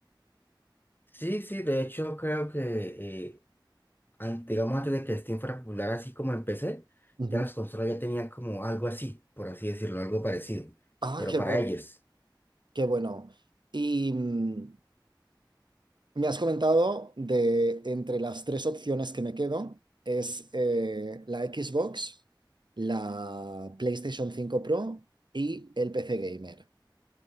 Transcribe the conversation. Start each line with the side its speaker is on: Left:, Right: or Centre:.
Left: Sí, sí, de hecho creo que, eh, an- digamos, antes de que Steam fuera popular así como en PC,
Right: Ujú.
Left: ya las consolas ya tenían como algo así, por así decirlo, algo parecido,
Right: Ah,
Left: pero
Right: qué
Left: para
Right: bueno,
Left: ellos.
Right: qué bueno. Y, mm, Me has comentado de entre las tres opciones que me quedo, es eh, la Xbox, la PlayStation cinco Pro y el PC Gamer.